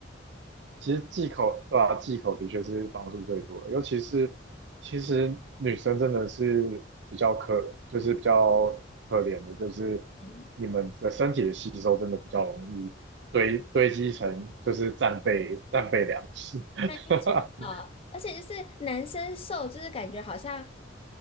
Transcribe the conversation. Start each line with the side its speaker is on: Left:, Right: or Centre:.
Right: 其实忌口，对吧？忌口的确是帮助最多的，尤其是其实女生真的是比较可，就是比较可怜的，就是
Left: 嗯。
Right: 你们的身体的吸收真的比较容易堆堆积成就是战备战备粮食，<laughs>
Left: 没错，而且就是男生瘦，就是感觉好像